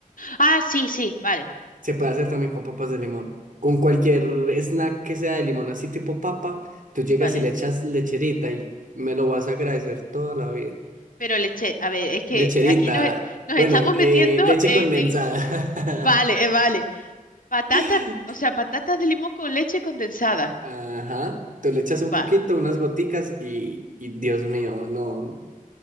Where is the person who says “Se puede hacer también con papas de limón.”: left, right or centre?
Right